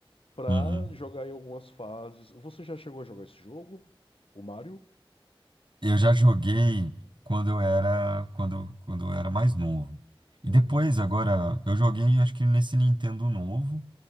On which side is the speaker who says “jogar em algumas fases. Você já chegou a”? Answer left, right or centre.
Left